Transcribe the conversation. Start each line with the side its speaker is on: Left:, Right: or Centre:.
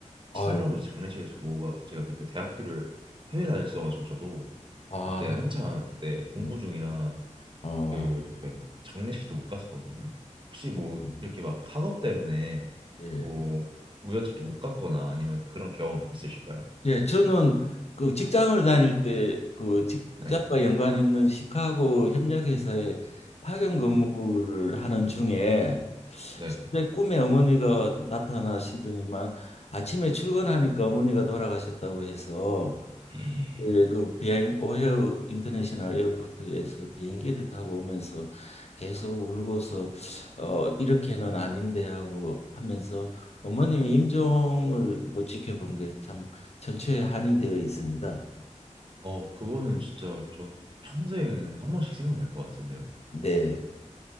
Right: 친할아버지
Left: 아유,
Right: 장례식을 제가 뭐가 제가 그때 대학교를 해외 다녔어가지고 저도
Left: 아,
Right: 그때 한창 때 공부
Left: 네.
Right: 중이라
Left: 어,
Right: 그 약간 장례식도 못 갔었거든요. 혹시 뭐
Left: 음.
Right: 이렇게 막 학업 때문에
Left: 예.
Right: 뭐 우연찮게 못 갔거나 아니면 그런 경험 있으실까요?
Left: 예, 저는 그 직장을 다닐 때 그 직장과
Right: 네,
Left: 연관 있는 시카고 협력회사에 파견 근무를
Right: 네,
Left: 하는 중에
Right: 네.
Left: 내 꿈에 어머니가 나타나시더니만 아침에 출근하니까 어머니가 돌아가셨다고 해서
Right: 에이,
Left: 예, 그 비행 오헤어 인터내셔널 에어포트에서 비행기를 타고 오면서 계속 울고서 어 이렇게는 아닌데 하고 하면서 어머님이 임종을 못 지켜본 게 참 전체에 한이 되어 있습니다.
Right: 어, 그거는 진짜 저 평생 한 번씩 생각날 것 같은데요.
Left: 네.